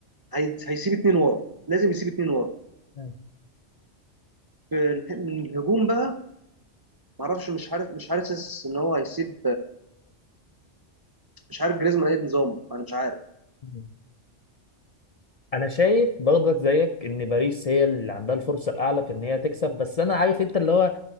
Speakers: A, on the right (about 30°); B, on the left (about 45°).
A: هي- هيسيب اتنين ورا لازم يسيب اتنين ورا
B: أه.
A: في اله- من الهجوم بقى معرفش مش عارف مش حاسس ان هو هيسيب مش عارف جريزمان ايه نظامه انا مش عارف
B: مم. انا شايف برضك زيك ان باريس هي اللي عندها الفرصة الاعلى في ان هي تكسب بس انا عارف انت اللي هو